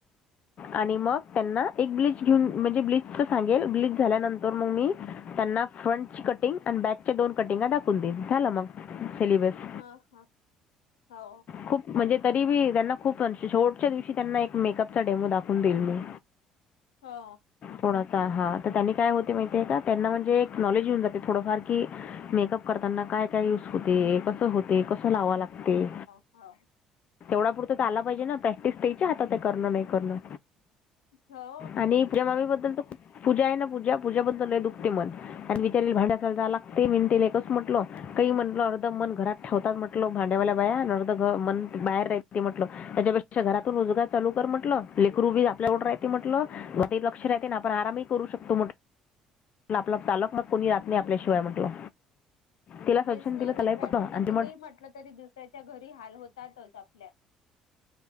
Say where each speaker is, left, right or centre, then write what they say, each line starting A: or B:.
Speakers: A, on the left; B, on the left.
A: आणि मग त्यांना एक ब्लीच घेऊन म्हणजे, ब्लीचच सांगेल. ब्लीच झाल्यानंतर मग मी त्यांना फ्रंटची कटिंग आणि बॅकच्या दोन कटिंगा दाखवून देईल. झालं मग, सिलेबस.
B: हा हा हो
A: खूप म्हणजे तरी बी त्यांना खूप. शेवटच्या दिवशी त्यांना एक मेकअप चा डेमो दाखवून देईल मी
B: हा
A: थोडासा हा तर त्यांनी काय होते माहितीये का त्यांना म्हणजे एक नॉलेज घऊन जाते थोडंफार कि मेकअप करताना काय काय यूज होते कसं होते कसं लाव लागते.
B: हो
A: तेवढा पुरतं ते आला पाहिजे ना प्रॅक्टिस त्याच्या हातात करणं नाही करणं
B: हो
A: आणि पण मामी बद्दल तर पूजा आहे ना पूजा पूज्या बद्दल आहे दुखते मन आणि विचारल भांड्यासा जाला ला ते मिंट एकच म्हटल काही म्हटल अर्ध मन घरात ठेवतात म्हटल भांड्यावाल्या बाया अर्ध मन बाहेर राह ते म्हटलं. त्याच्यापेक्षा घरातून रोजगार चालू कर म्हटलं लेकरू बी आपल्यावर राहते म्हटलं गात लक्ष राहते ना आपण आराम करू शकत आपला चालक मग कोणी
B: हो
A: रात नाही
B: ना
A: आपल्याशिवाय म्हटलं तिला सजेशन
B: तेच न
A: दिलं
B: लेकराचं
A: त्यालाही पटलं आणि
B: किती
A: ते
B: काही म्हटलं तरी दुसऱ्याच्या घरी हाल होतातच आपल्या